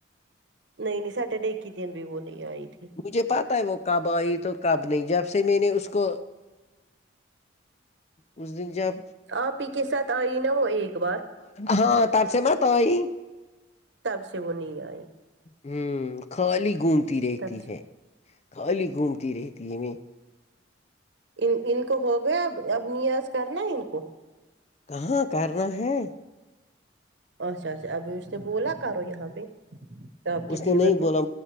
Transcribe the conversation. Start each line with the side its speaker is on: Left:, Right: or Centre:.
Right: نہیں نہیں سٹرڈے کی دن بھی وہ نہیں آئی تھی
Left: مجھے پتا ہے وہ کب آئی تو کب نہیں جب سے میں نے اس کو اس دن جب
Right: آپ ہی کے ساتھ آئی نا وہ ایک بار
Left: ہاں تب سے ماتئی <unintelligible>
Right: تب سے وہ نہیں آئی
Left: ہوں خالی گھومتی رہتی
Right: تب سے
Left: ہے خالی گھومتی رہتی ہے میںیں
Right: ان ان کو ہو گیا اب اب نیاز کرنا ہے ان کو
Left: کہاں کرنا ہے
Right: اچھا اچھا اس بوللا کرو یہاں پہ آپ
Left: اس
Right: کے
Left: نے
Right: دیور
Left: نہیں بولا